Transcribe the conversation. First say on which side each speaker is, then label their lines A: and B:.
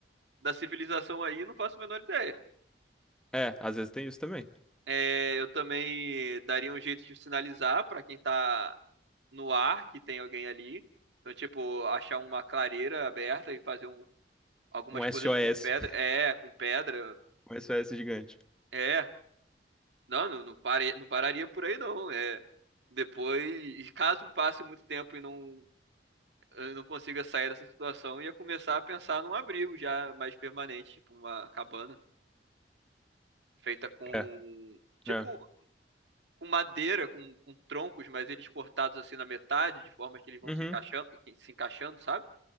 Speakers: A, on the right; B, in the centre.
A: da civilização aí e não faço a menor ideia.
B: É, às vezes tem isso também.
A: É, eu também daria um jeito de sinalizar para quem tá no ar que tem alguém ali. Então, tipo, achar uma clareira aberta e fazer um Algumas
B: Um SOS.
A: coisas com pedra.
B: <laughs>
A: É, com pedra.
B: Um SOS gigante.
A: É. Não, não, não, pare- não pararia por aí, não. É. Depois, caso passe muito tempo e não, eu não consiga sair dessa situação, ia começar a pensar num abrigo já mais permanente, tipo uma cabana feita com,
B: É,
A: tipo,
B: é.
A: com madeira, com, com troncos, mas eles cortados assim na metade, de forma que eles vão
B: Uhum.
A: se encaixando, se encaixando, sabe?